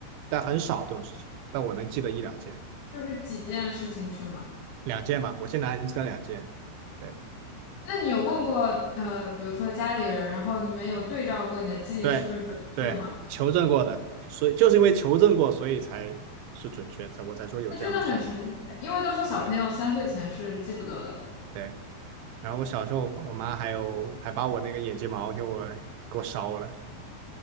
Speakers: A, on the right; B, on the left.
A: 但很少这种事情，但我能记得一两件，
B: 就是几件事情是吗？
A: 两件吧，我现在还能记得两件，对
B: 那你有问过呃，比如说家里人，然后你们有对照过你的记忆是不是准确吗？
A: 对对，求证过的，所以就是因为求证过，所以才是准确，才我才说有这样的事儿，
B: 那真的很神奇，因为都说小朋友三岁前是记不得的。
A: 对对，然后我小时候我妈还有还把我那个眼睫毛给我给我烧了。